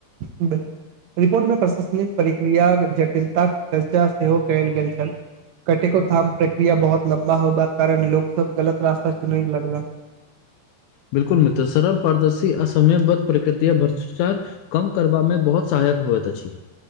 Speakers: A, on the right; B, on the left.
A: बिल्कुल रिपोर्ट मे प्रशासनिक प्रक्रिया जटिलताक चर्चा सेहो कयल गेल छल कटेेको थाम प्रक्रिया बहुत लम्बा होबा कारण लोग सब गलत रास्ता चुन लगला
B: बिल्कुल मित्र सरल पारदर्शी असमय ब प्रकृतिया भ्रष्टाचार कम करबा मे बहुत सहायक होइत अछि